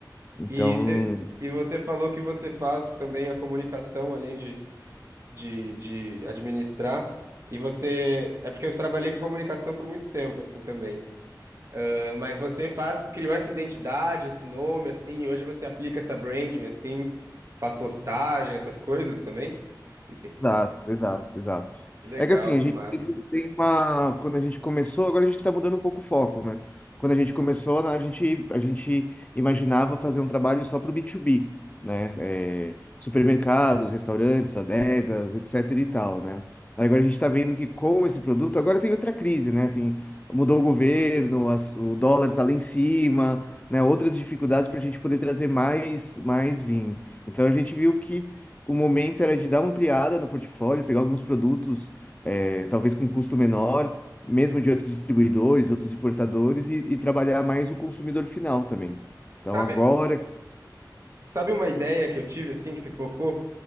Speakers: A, on the left (about 20°); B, on the right (about 45°).
A: Então.
B: E, cê- e você falou que você faz também a comunicação, além de, de, de administrar. E você. É porque eu trabalhei com comunicação por muito tempo, assim, também. Ah, mas você faz, criou essa identidade, esse nome, assim, e hoje você aplica essa branding, assim, faz postagem, essas coisas também. E tem-
A: Exato, exato, exato.
B: Que legal,
A: É que assim,
B: que
A: a gente
B: massa.
A: tem tem uma. Quando a gente começou, agora a gente está mudando um pouco o foco, né? Quando a gente começou, né, a gente, a gente imaginava fazer um trabalho só para o B2B, né? É, supermercados, restaurantes, adegas, etc e tal, né? Aí Agora a gente está vendo que com esse produto, agora tem outra crise, né? Tem, mudou o governo, as- o dólar está lá em cima, né? Outras dificuldades para a gente poder trazer mais, mais vinho. Então a gente viu que o momento era de dar uma ampliada no portfólio, pegar alguns produtos, eh, talvez com custo menor, mesmo de outros distribuidores, outros importadores, e, e trabalhar mais o consumidor final também. Então,
B: Sabe,
A: agora
B: sabe uma ideia que eu tive, assim, que pipocou?